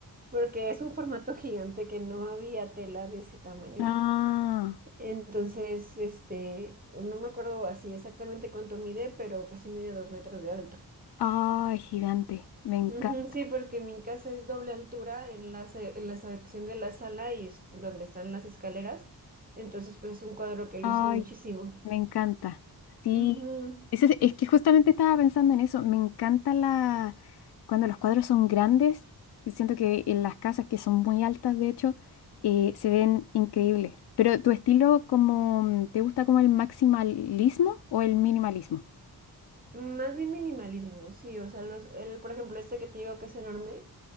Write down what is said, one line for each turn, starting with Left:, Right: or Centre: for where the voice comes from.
Right: porque es un formato gigante que no había tela de ese tamaño.
Left: Ah.
Right: Entonces, este, no me acuerdo así exactamente cuánto mide, pero casi mide dos metros de alto.
Left: Ay, gigante, me encanta.
Right: Ujú, sí, porque mi casa es doble altura en la, se- en la sección de la sala y es donde están las escaleras. Entonces, pues es un cuadro que
Left: Ay,
Right: luce muchísimo.
Left: me encanta. Sí,
Right: Ujú.
Left: Ese es, es que justamente estaba pensando en eso. Me encanta la cuando los cuadros son grandes. y Siento que en las casas que son muy altas, de hecho, eh, se ven increíbles. Pero tu estilo, como, ¿te gusta como el maximalismo o el minimalismo?
Right: Más bien minimalismo, sí, o sea, los, el, por ejemplo, este que te digo que es enorme,